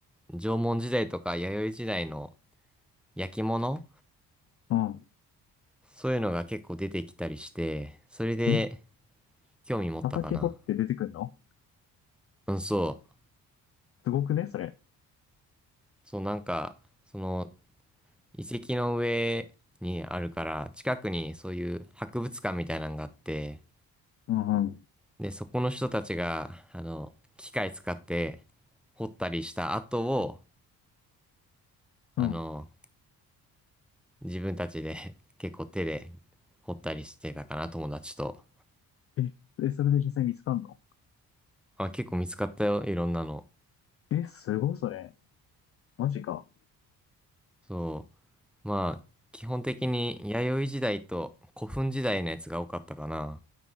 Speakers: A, in the centre; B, on the left.
A: 縄文時代とか弥生時代の焼き物
B: うん。
A: そういうのが結構出てきたりして、それで
B: え、
A: 興味持ったかな。
B: 畑掘って出てくんの
A: うん、そう。
B: すごくね、それ。
A: そう、なんか、その、遺跡の上にあるから、近くにそういう博物館みたいなのがあって、
B: うんうん。
A: で、そこの人たちが、あの、機械使って掘ったりした跡を、あの、
B: うん。
A: 自分たちで <laughs> 結構手で掘ったりしてたかな、友達と。
B: え、え、それで実際見つかんの
A: あ、結構見つかったよ、いろんなの。
B: え、すごいそれ。マジか。
A: そう。まあ、基本的に弥生時代と古墳時代のやつが多かったかな。